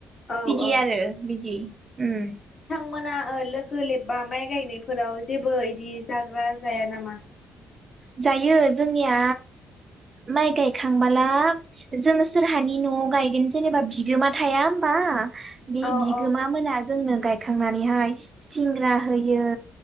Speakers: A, on the left; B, on the right.
A: औ
B: बिदि
A: औ
B: आरो बिदि। उम।
A: मोना ओ लोगो लेबबा माइ गायनायफोराव जेबो इदि जाग्रा जाया नामा?
B: जायो जोंनिया माइ गायखांबोला जोंङो सोरहानि न'आव गायगोन जेनेबा बिगोमा थाया होमबा बे
A: अ
B: बिगोमा
A: अ
B: मोना जोंनो गाय खांनानैहाय सिंग्रा होयो